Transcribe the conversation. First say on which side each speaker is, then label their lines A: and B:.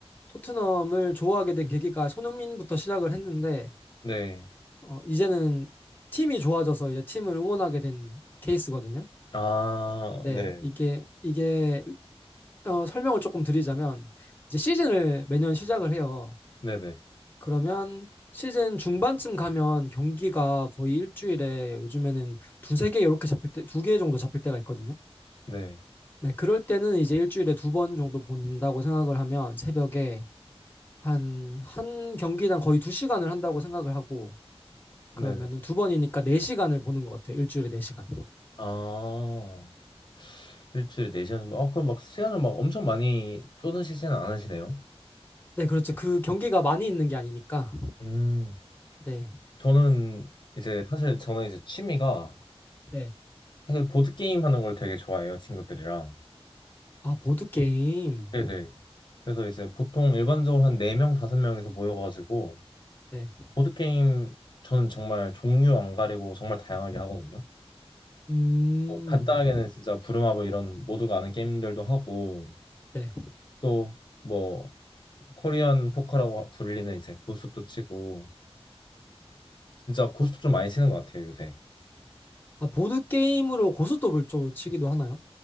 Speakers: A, on the left (about 20°); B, on the left (about 45°).
A: 토트넘을 좋아하게 된 계기가 손흥민부터 시작을 했는데
B: 네.
A: 어, 이제는 팀이 좋아져서 이제 팀을 응원하게 된 케이스거든요.
B: 아,
A: 네,
B: 네,
A: 이게, 이게, 어, 설명을 조금 드리자면, 이제 시즌을 매년 시작을 해요.
B: 네네, 네.
A: 그러면 시즌 중반쯤 가면 경기가 거의 일주일에 요즘에는 두세 개 이렇게 잡힐 때, 두 개 정도 잡힐 때가 있거든요.
B: 네.
A: 네, 그럴 때는 이제 일주일에 두 번 정도 본다고 생각을 하면 새벽에 한, 한 경기당 거의 두 시간을 한다고 생각을 하고,
B: 네.
A: 그러면은 두 번이니까 네 시간을 보는 것 같아요. 일주일에 네 시간.
B: 아, 일주일에 4시간 정도? 아, 그럼 막 시간을 막 엄청 많이 쏟으시지는 않으시네요?
A: 네, 그렇죠. 그 경기가 많이 있는 게 아니니까.
B: 음,
A: 네.
B: 저는 이제 사실 저는 이제 취미가
A: 네.
B: 사실 보드게임 하는 걸 되게 좋아해요, 친구들이랑.
A: 아, 보드게임.
B: 네네. 그래서 이제 보통 일반적으로 한 4명, 5명에서 모여가지고
A: 네.
B: 보드게임 저는 정말 종류 안 가리고 정말 다양하게 하거든요.
A: 음.
B: 뭐 간단하게는 진짜 부루마블 이런 모두가 아는 게임들도 하고
A: 네.
B: 또뭐 코리안 포커라고 불리는 이제 고스톱도 치고 진짜 고스톱 좀 많이 치는 것 같아요 요새.
A: 아, 보드게임으로 고스톱을 좀 치기도 하나요?